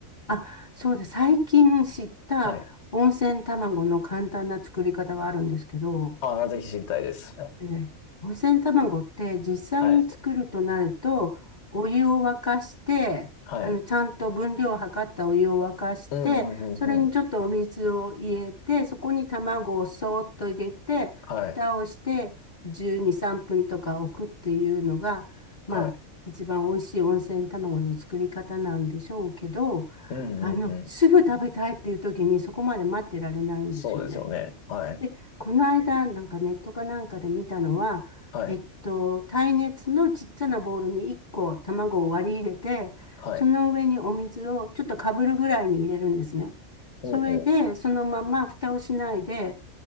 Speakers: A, on the left; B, on the left.
A: あ、そうです。最近知った温泉卵の簡単な作り方はあるんですけど、
B: はい。ああ、ぜひ知りたいです。は
A: えー温泉卵って実際に作るとなると、
B: い。
A: お湯を沸かして、
B: はい。
A: あの、ちゃんと分量を測ったお湯を沸かして、
B: うん、うん、
A: それにちょっとお水を入れて、
B: うん、うん。
A: そこに卵をそーっと入れて、
B: はい。
A: 蓋をして12、3分とか置くっていうのが、まあ、
B: はい。
A: 一番美味しい温泉卵の作り方なんでしょうけど、
B: うん、
A: あの、
B: うん、うん。
A: すぐ食べたいっていう時にそこまで待ってられないんですよね。
B: そうですよね。はい。
A: で、この間、なんかネットかなんかで見たのは、
B: はい。
A: えっと、耐熱のちっちゃなボウルに1個卵を割り入れて、
B: はい。
A: その上にお水をちょっとかぶるぐらいに入れるんですね。
B: ほうほう。
A: それで、そのまま蓋をしないで、